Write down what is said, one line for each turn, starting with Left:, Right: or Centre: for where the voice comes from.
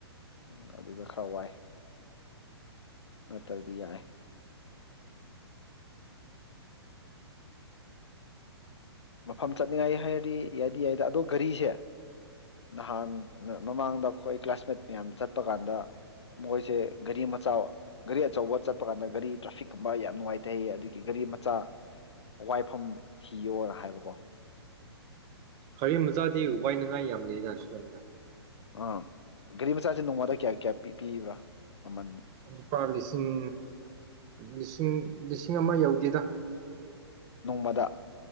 Left: ꯎ ꯑꯗꯨꯗ ꯈꯔ ꯋꯥꯏ ꯅꯠꯇ꯭ꯔꯗꯤ ꯌꯥꯏ ꯃꯐꯝ ꯆꯠꯅꯤꯡꯉꯥꯏ ꯍꯥꯏꯔꯗꯤ ꯌꯥꯏꯗꯤ ꯌꯥꯏꯗ ꯑꯗꯣ ꯒꯥꯔꯤꯁꯦ ꯅꯍꯥꯟ ꯃꯃꯥꯡꯗ ꯑꯩꯈꯣꯏ ꯀ꯭ꯂꯥꯁꯃꯦꯠ ꯃꯌꯥꯝ ꯆꯠꯄ ꯀꯥꯟꯗ ꯃꯣꯏꯁꯦ ꯒꯥꯔꯤ ꯃꯆꯥ ꯒꯥꯔꯤ ꯑꯆꯧꯕ ꯆꯠꯄ ꯀꯥꯟꯗ ꯒꯥꯔꯤ ꯇ꯭ꯔꯥꯐꯤꯛꯀꯨꯝꯕ ꯌꯥꯝꯅ ꯅꯨꯡꯉꯥꯏꯇꯩ ꯑꯗꯨꯒꯤ ꯒꯥꯔꯤ ꯃꯆꯥ ꯋꯥꯏꯐꯝ ꯊꯤꯌꯣꯅ ꯍꯥꯏꯕ ꯣ
Right: ꯍꯔ ꯃꯆꯥꯗꯤ ꯋꯥꯏꯅꯉꯥꯏ ꯌꯥꯝ ꯂꯩꯅ ꯁꯤꯂꯣꯡꯗ
Left: ꯑ ꯒꯥꯔꯤ ꯃꯆꯥꯁꯦ ꯅꯣꯡꯃꯗ ꯀꯌꯥ ꯀꯌꯥ ꯄꯤ ꯄꯤꯕ꯭ꯔꯥ ꯃꯃꯜ
Right: ꯂꯨꯄꯥ ꯂꯤꯁꯤꯡ ꯂꯤꯁꯤꯡ ꯂꯤꯁꯤꯡ ꯑꯃ ꯌꯧꯗꯦꯗ
Left: ꯅꯣꯡꯃꯗ